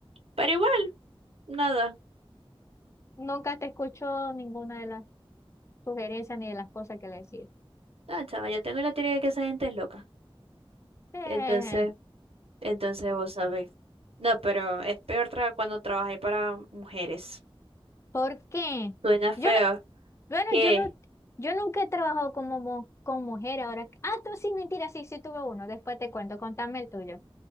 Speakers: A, on the right; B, on the left.
A: Pero igual, nada.
B: nunca te escuchó ninguna de las sugerencias ni de las cosas que le decía.
A: No, chava, yo tengo la teoría de que esa gente es loca.
B: Eh,
A: Entonces, entonces vos sabéis. No, pero es peor tra- cuando trabajáis para mujeres.
B: ¿por qué?
A: Suena feo.
B: Yo no, bueno,
A: ¿Qué?
B: yo no, yo nunca he trabajado como mu- con mujer ahora. que- Ah, tú sí, mentira, sí, sí tuve uno. Después te cuento, contame el tuyo.